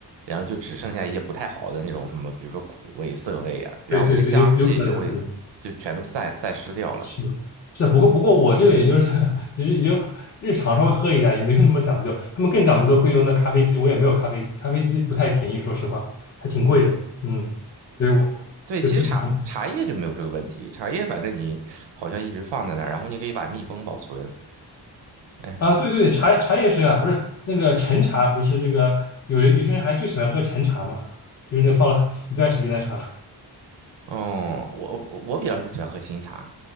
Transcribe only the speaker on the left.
对对对，有有可能有可能是的是的，不过不过我这个也就是 <laughs> 其实也就日常稍微喝一下，也没有那么讲究。他们更讲究的会用那咖啡机，我也没有咖啡机，咖啡机不太便宜，说实话还挺贵的。嗯，所以我
就自己冲。
啊，对对对，茶茶叶是啊，不是那个陈茶，不是这个有人有些人还就喜欢喝陈茶嘛，就是那放了一段时间的茶，